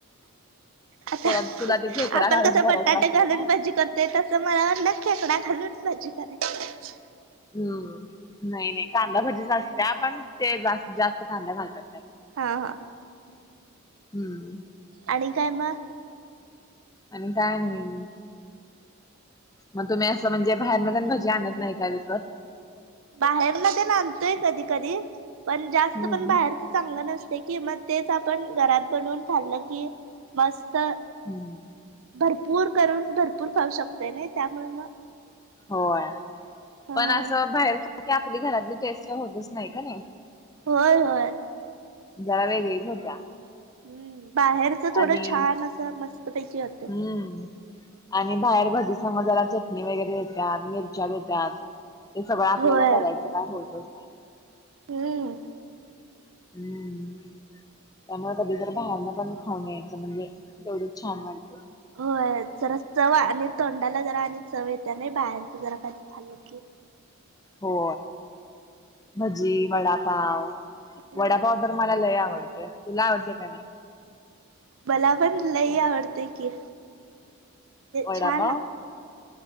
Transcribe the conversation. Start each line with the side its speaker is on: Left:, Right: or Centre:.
Right: आता
Left: त्याला तुला ते खेकडा
Right: आपण
Left: घालून
Right: कसं बटाटे
Left: करायचं असलं
Right: घालून
Left: काय?
Right: भजी करतो. ते तसं मला वाटलं खेकडा घालून भजी करायची.
Left: हम्म नाही नाही कांदा भजीच असत्या पण ते जास्तीत जास्त कांदा घालतात त्याला.
Right: हा हा
Left: हम्म.
Right: आणि काय मग?
Left: आणि काय नाही मग तुम्ही म्हणजे बाहेरन म भजी आणत नाही का विकत?
Right: बाहेर ना ते नातोय कधी कधी पण जास्त
Left: हम्म.
Right: पण बाहेर चांगल नसते की मग तेच आपण घरात बनवून खाल्लं की मस्त
Left: हम्म.
Right: भरपूर करून भरपूर खाऊ शकते नाही त्यामुळे मग.
Left: होय
Right: ह
Left: पण असं बाहेर सारकी आपली घरातली टेस्ट होतच नाही का नाही.
Right: होय होय.
Left: जरा वेगळी होत्या.
Right: हम्म बाहेरच थोडं
Left: आणि
Right: छान असं मस्तपैकी होते.
Left: हम्म आणि बाहेर भजी संग जला चटणी वगैरे देतात, मिरच्या देतात, हे सगळं आपल्याला
Right: होय
Left: करायचं काय होतच नाही.
Right: हम्म.
Left: हम्म. त्यामुळे कधी तर बाहेरन पण खाऊन यायचं म्हणजे तेवढच छान वाटते.
Right: होय जरा चव आणि तोंडाला जरा आणि चव येत नाही बाहेरच जरा का खाल्लं की.
Left: हो. भजी वडापाव
Right: हम्म
Left: वडापाव तर मला लय आवडते तुला आवडते का नाही?
Right: मलापण लयी आवडते की.
Left: वडापाव
Right: छान लागते